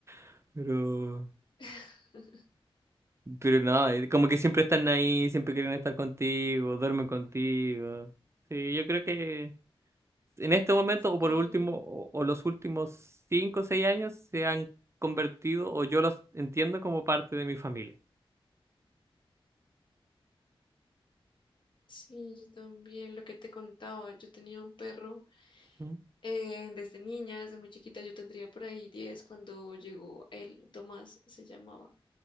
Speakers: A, on the right (about 25°); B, on the left (about 50°).
A: <laughs> Pero
B: <laughs>
A: Pero no, eh, como que siempre están ahí, siempre quieren estar contigo, duermen contigo. Sí, yo creo que en este momento,
B: Sí.
A: o por último, o, o los últimos cinco o seis años, se han convertido, o yo los entiendo como parte de mi familia.
B: Sí, yo también, lo que te contaba, yo tenía un perro
A: Mm,
B: eh, desde niña, desde muy chiquita, yo tendría por ahí 10 cuando llegó él, Tomás se llamaba,